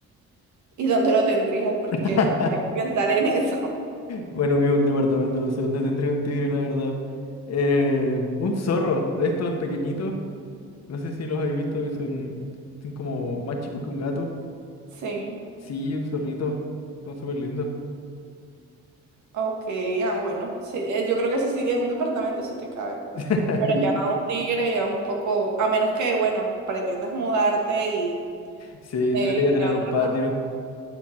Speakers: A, on the right; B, on the left.
A: ¿Y dónde lo tendrías? Porque
B: <laughs>
A: tendrías que pensar en eso. <laughs>
B: Bueno, vivo en un departamento, no sé dónde tendría un tigre, la verdad. Eh, un zorro de estos pequeñitos. No sé si los habéis visto, que son, son como más chicos que un gato.
A: Sí,
B: Sí, un zorrito. Son súper lindos.
A: ok, ah, bueno, sí, eh, yo creo que ese sí, en un departamento sí te cabe.
B: <laughs>
A: Pero
B: Y
A: ya un tigre ya es un poco, a menos que, bueno, pretendas mudarte y
B: sí,
A: eh,
B: tendría que
A: irte
B: tener
A: a otro
B: un patio.
A: lado.